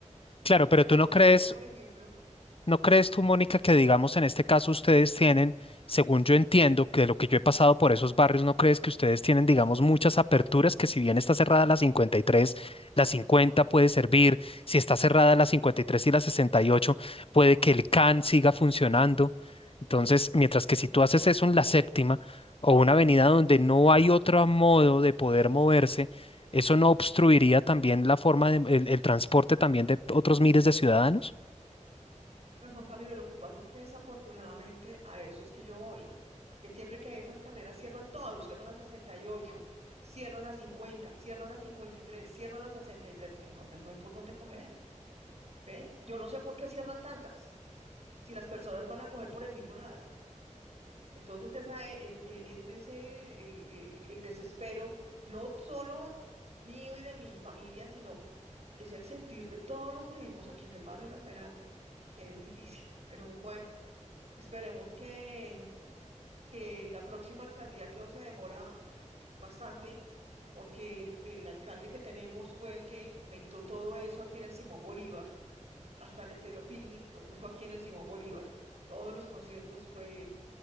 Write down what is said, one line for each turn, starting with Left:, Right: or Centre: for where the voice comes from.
Left: Claro, pero
Right: que los
Left: tú no
Right: domingos,
Left: crees,
Right: por ejemplo,
Left: ¿No crees tú, Mónica, que digamos en este caso ustedes tienen, según yo entiendo, que de lo que yo he pasado por esos barrios, ¿no crees que ustedes tienen, digamos, muchas aperturas que si bien está cerrada la 53, la 50 puede servir, si está cerrada la 53 y tres y la 68, puede que el CAN siga funcionando? Entonces, mientras que si tú haces eso en la séptima o una avenida donde no hay otro modo de poder moverse, ¿eso no obstruiría también la forma de, el el transporte también de otros miles de ciudadanos?
Right: pues Juan Camilo, lo que pasa es que desafortunadamente a esos que yo voy, que siempre que hay esas carreras cierran todo, cierran las 68, cierran las 50, cierran las 53, cierran las 63. entonces no hay por dónde coger, ¿ves? Yo no sé por qué cierran tantas, si las personas van a coger por el mismo lado. Entonces, esa e- es- e- ese es el, el- el- el desespero, no solo mío y de mi familia, sino es el sentir de todos los que vivimos aquí en el barrio La Esmeralda, que es difícil. Pero bueno, esperemos que, que la próxima alcaldía, que se demora bastante, porque el, el alcalde que tenemos fue el que implementó todo eso aquí en el Simón Bolívar, hasta el Estéreo Picnic lo puso aquí en el Simón Bolívar, todos los conciertos fue él.